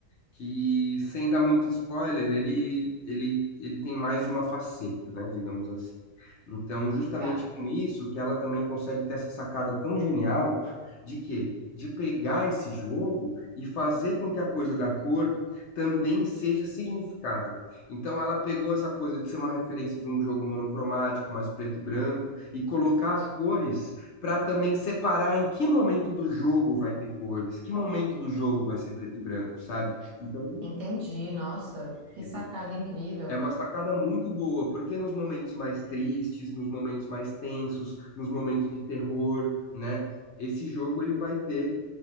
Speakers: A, on the left; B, on the right.
A: que, sem dar muito spoiler, ele, ele, ele tem mais de uma faceta, né, digamos assim. Então, justamente
B: Tá,
A: com isso, que ela também consegue ter essa sacada tão genial de quê? De pegar esse jogo e fazer com que a coisa da cor também seja significado. Então, ela pegou essa coisa de ser uma referência de um jogo monocromático, mais preto e branco, e colocar as cores para também separar em que momento do jogo vai ter cores, que momento do jogo vai ser preto e branco, sabe? Então ele não
B: entendi.
A: é
B: Nossa,
A: querido.
B: que sacada incrível.
A: É uma sacada muito boa, porque nos momentos mais tristes, nos momentos mais tensos, nos momentos de terror, né? Esse jogo ele vai ter